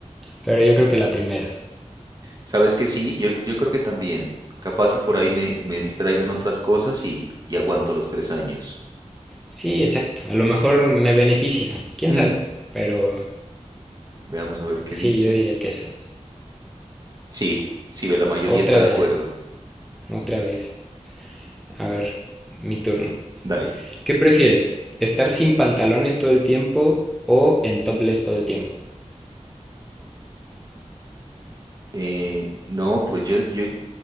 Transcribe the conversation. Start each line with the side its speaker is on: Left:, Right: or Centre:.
Centre: Pero yo creo que la primera.
Right: Sabes que sí, yo, yo creo que también. Capaz y por ahí me, me distraigo en otras cosas y, y aguanto los tres años.
Centre: Sí, exacto. A lo mejor me beneficia, quién
Right: Mm,
Centre: sabe. Pero
Right: veamos a ver qué
Centre: sí,
Right: dicen.
Centre: yo diría que esa.
Right: Sí, sí, ve, la mayoría
Centre: Otra,
Right: está de acuerdo.
Centre: otra vez. A ver, mi turno.
Right: Dale.
Centre: ¿Qué prefieres? ¿Estar sin pantalones todo el tiempo o en topless todo el tiempo?
Right: Eh, no, pues yo, yo,